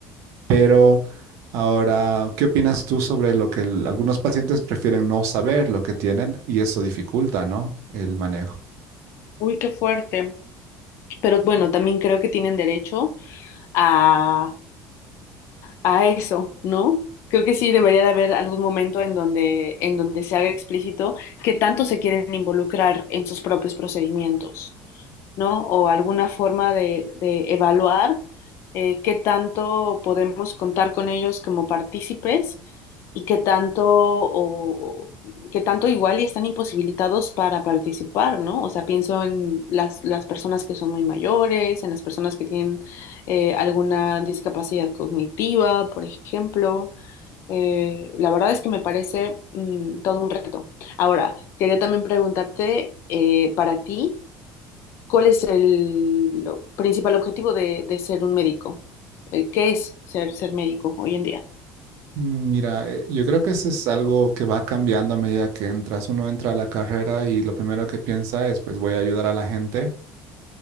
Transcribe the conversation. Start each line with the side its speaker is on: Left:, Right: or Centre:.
Right: Pero ahora, ¿qué opinas tú sobre lo que el- algunos pacientes prefieren no saber lo que tienen y eso dificulta, ¿no? El manejo.
Left: Uy, qué fuerte. Pero bueno, también creo que tienen derecho a a eso, ¿no? Creo que sí debería de haber algún momento en donde, en donde se haga explícito que tanto se quieren involucrar en sus propios procedimientos. ¿no? O alguna forma de, de evaluar eh, qué tanto podemos contar con ellos como partícipes y qué tanto o qué tanto igual y están imposibilitados para participar, ¿no? O sea, pienso en las, las personas que son muy mayores, en las personas que tienen eh, alguna discapacidad cognitiva, por ejemplo. Eh, la verdad es que me parece mm, todo un reto. Ahora, quería también preguntarte eh, para ti. ¿Cuál es el lo- principal objetivo de, de ser un médico? Eh, ¿Qué es ser, ser médico hoy en día?
Right: Mira, eh, yo creo que eso es algo que va cambiando a medida que entras. Uno entra a la carrera y lo primero que piensa es, pues voy a ayudar a la gente.